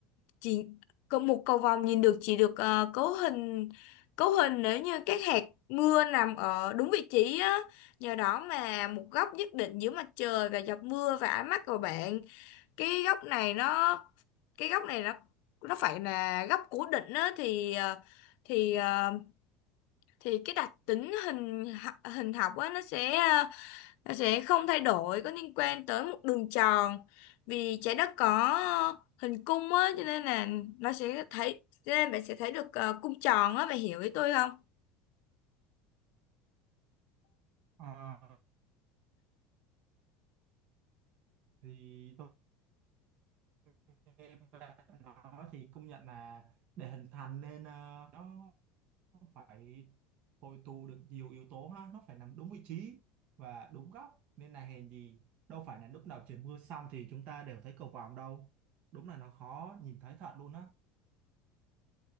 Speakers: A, on the left (about 60°); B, on the right (about 45°).
A: chỉ có một cầu vồng nhìn được chỉ được ờ, cấu hình cấu hình nếu như các hạt mưa nằm ở đúng vị trí á nhờ đó mà một góc nhất định giữa mặt trời và giọt mưa và ánh mắt của bạn cái góc này nó cái góc này nó nó phải là góc cố định á thì ờ, thì ờ, thì cái đặc tính hình h- hình học á nó sẽ ờ, nó sẽ không thay đổi có liên quan tới một đường tròn vì trái đất có ờ, hình cung á cho nên là nó sẽ thấy cho nên bạn sẽ thấy được ờ, cung tròn á bạn hiểu ý tôi không
B: Ờ, thì tôi, nghe bạn nói thì công nhận là để hình thành nên ờ, nó phải hội tụ được nhiều yếu tố ha nó phải nằm đúng vị trí và đúng góc nên là hèn gì đâu phải là lúc nào trời mưa xong thì chúng ta đều thấy cầu vồng đâu đúng là nó khó nhìn thấy thật luôn á